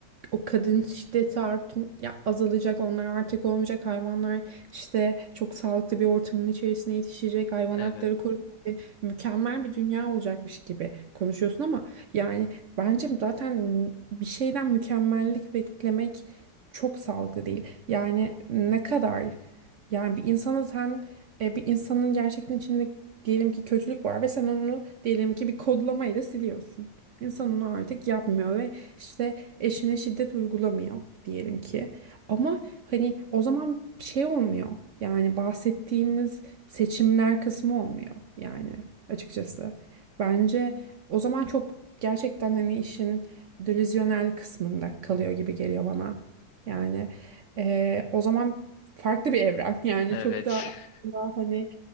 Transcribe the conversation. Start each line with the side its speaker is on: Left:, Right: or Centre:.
Right: o kadın şiddeti art ya azalacak onlar artık olmayacak hayvanlar işte çok sağlıklı bir ortamın içerisine yetişecek hayvan
Left: evet
Right: hakları koruyacak e, mükemmel bir dünya olacakmış gibi konuşuyorsun ama yani Bence zaten bir şeyden mükemmellik beklemek çok sağlıklı değil. Yani ne kadar yani bir insana sen e, bir insanın gerçekten içinde diyelim ki kötülük var ve sen onu diyelim ki bir kodlamayla siliyorsun. İnsan onu artık yapmıyor ve işte eşine şiddet uygulamıyor diyelim ki. Ama hani o zaman şey olmuyor. Yani bahsettiğimiz seçimler kısmı olmuyor yani açıkçası. Bence o zaman çok gerçekten hani işin delüzyonel kısmında kalıyor gibi geliyor bana. Yani eee, o zaman farklı bir evren <laughs> yani
Left: evet
Right: çok da
Left: <laughs>
Right: aslında hani